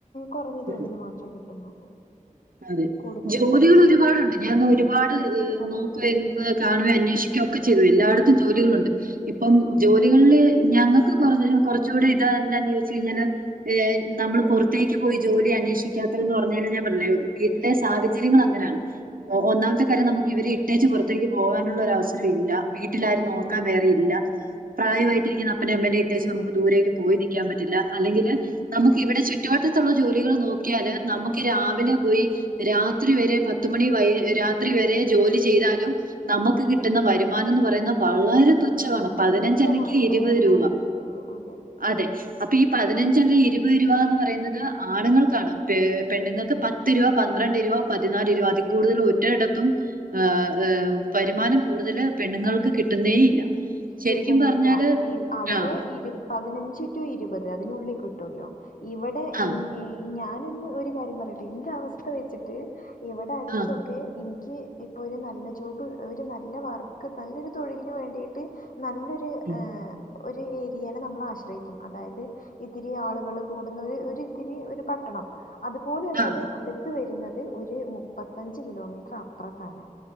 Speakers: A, on the left; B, on the right.
A: കുറഞ്ഞ തോതിൽ
B: ഉം
A: മാത്രമേ കിട്ടുന്നുള്ളൂ
B: അതെ
A: കൂടുതലായിട്ട്
B: ജോലികൾ
A: ആശ്രയിക്കും
B: ഒരുപാടുണ്ട് ഞാൻ ഒ ഒരുപാട്
A: അതെ
B: നോക്ക
A: അതെ അതെ
B: എ
A: അതെ
B: കാണുവ അന്വേഷിക്ക
A: ഉം
B: ഒക്കെ
A: ഉം
B: ചെയ്തു
A: ഉം
B: എല്ലായിടത്തും ജോലികളുണ്ട് ഇപ്പം
A: ആഹ്
B: ജോലികളില് ഞങ്ങൾ കുറച്ചുകൂടി ഇത് തന്നാന്ന് ചോദിച്ചച്ച് കഴിഞ്ഞാൽ നമ്മൾ പുറത്തേക്ക് പോയി ജോലി അന്വേഷിക്കാം വിടത്തില്ന്ന് പറഞ്ഞാല് ഞാൻ പറഞ്ഞിലെ വീട്ടിലെ സാഹചര്യങ്ങളാങ്ങനാണ്
A: ആഹ് ഉം
B: ഒന്നാമത്തെ
A: ഉം ഉം
B: കാര്യം നമുക്കിവരെ ഇ ട്ടേച്ച് പൊറത്തേക്ക് പോകാനൊള്ള ഒരവസരവില്ലാ വീട്ടിലാരും നോക്കാൻ
A: അതെ
B: വേറെ
A: അതെ
B: ഇല്ല പ്രായമായിട്ടിരിക്കുന്ന
A: അതെ അതെ
B: അപ്പനും അമ്മനെ ഇട്ടേച്ചച്ച് നമുക്ക് ദൂരേക്ക് പോയി നിക്കാൻ പറ്റില്ല അല്ലെങ്കില്
A: ഉം ഉം
B: നമുക്ക്
A: ഉം
B: ഇവിടെ ചുറ്റുവട്ടത്തുള്ള ജോലികൾ നോക്കിയാല് നമുക്ക് രാവിലെ പോയി രാത്രി വരെ പത്തുമണി വൈ രാത്രി വരെ ജോലി ചെയ്താലും നമ്മക്ക് കിട്ടുന്ന
A: ഉം
B: വരുമാനം ന്ന് പറയുന്നെ വളരെ തുച്ഛവാണ്
A: അത്
B: പതിനഞ്ച്
A: തുച്ഛമായ
B: അല്ലെങ്കി ഇരുവത്
A: വ- വരുമാനേ
B: രൂവാ
A: കിട്ടുള്ളൂ അതെ
B: അതെ അപ്പോ ഈ പതിനഞ്ച് അല്ല ഇരുവ രൂപന്ന് പറേന്നത് ആണുങ്ങൾക്കാണ് പെണ്ണുങ്ങൾക്ക്
A: ഉം
B: പത്ത്
A: ഉം
B: രൂപ
A: ഉം
B: പന്ത്രണ്ട് രൂപ പ തിനാല് രൂപാ അതി കൂടുതല് ഒരടത്തും ആഹ് ആഹ് വരുമാനം കൂടുതല് പെണ്ണുങ്ങൾ ക്ക് കിട്ടുന്നേയില്ല
A: ഉം
B: ശെരിക്കും
A: കിട്ടുന്നില്ല
B: പറഞ്ഞാല്
A: ഈ അവിടെ
B: ആഹ്
A: ഇരു പതിനഞ്ച് ടു ഇരുപത് അതിനുള്ളി കിട്ടുല്ലോ ഇവിടെ
B: ആ
A: ഇഞ് ഈ ഈ ഞാനൊന്ന് ഒരു കാര്യം പറയട്ടെ ഇന്റെ അവസ്ഥ വെച്ചിട്ട് ഇവിടെ അടുത്തൊക്കെ
B: ആ
A: എനി ക്ക് ഇപ്പൊ ഒരു നല്ല ജോബ് ഒരു നല്ല വർക്ക് നല്ലൊരു തൊഴിലിന് വേണ്ടിയിട്ട് നല്ലൊരു
B: ഉം,
A: ഏഹ് ഒരു ഏരിയനെ നമ്മള് ആശ്രയിക്കും അതായത് ഇത്തിരി ആളുകള് കൂടുന്ന ഒര് ഒരിത്തിരി ഒരു പട്ടണം അതുപോലെയുള്ളത്
B: ആ
A: അടുത്ത് വരുന്നത് ഒരു മുപ്പത്തഞ്ച് കിലോമീറ്റർ അപ്പറത്താണ്